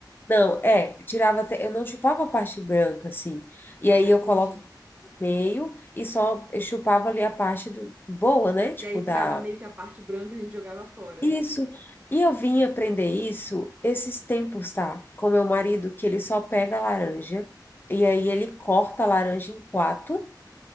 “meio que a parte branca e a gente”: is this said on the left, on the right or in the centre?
Right